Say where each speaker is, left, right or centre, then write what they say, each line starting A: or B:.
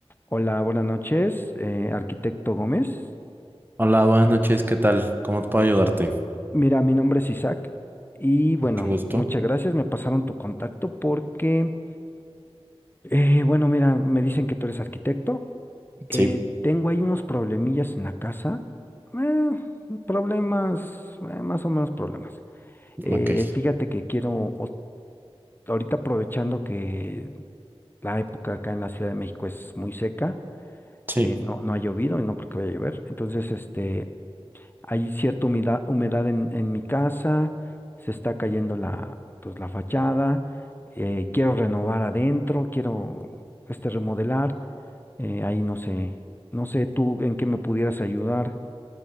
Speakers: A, on the left; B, on the right.
A: Hola, buenas noches, eh, arquitecto Gómez.
B: Hola, buenas noches, ¿qué tal? ¿Cómo puedo ayudarte?
A: Mira, mi nombre es Isaac y bueno,
B: Mucho gusto.
A: muchas gracias. Me pasaron tu contacto porque, eh, bueno, mira, me dicen que tú eres arquitecto. Eh,
B: Sí,
A: tengo ahí unos problemillas en la casa. eh, problemas, eh, más o menos problemas. Eh,
B: ok.
A: fíjate que quiero, o- ahorita aprovechando que la época acá en la Ciudad de México es muy seca,
B: Sí,
A: eh, no, no ha llovido y no creo que vaya a llover. Entonces, este... Hay cierta humedad, humedad en, en mi casa, se está cayendo la, pues, la fachada, eh, quiero renovar adentro, quiero este remodelar. eh, ahí no sé, no sé tú en qué me pudieras ayudar,